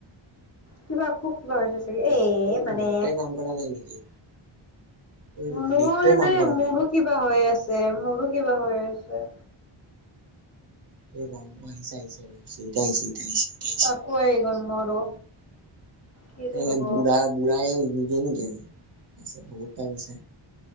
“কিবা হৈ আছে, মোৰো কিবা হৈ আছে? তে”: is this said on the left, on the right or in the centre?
Left